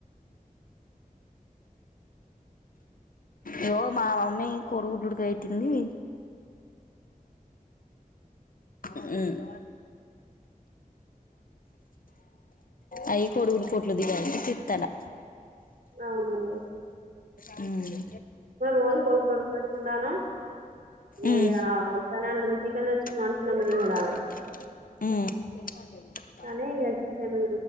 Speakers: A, on the left; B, on the right.
A: యో మా మమ్మీ కోడిగుడ్లు ఉడకబెట్టింది ఉమ్మ్ అవి కోడిగుడ్లు పొటు తీయ్యాలి <inaudible> తీత్తానా
B: అవును
A: ఉమ్మ్మ్
B: రోజు కొడుకు ఉడక పెట్టుకుంటాను ఇగ
A: ఊ
B: ఇయ్యాల వద్దనే అనుకున్నాం చికెన్ తెచ్చుకుందాం
A: ఉమ్మ్
B: అనుకున్నాం మేము కూడా కానీ ఇగ చికెన్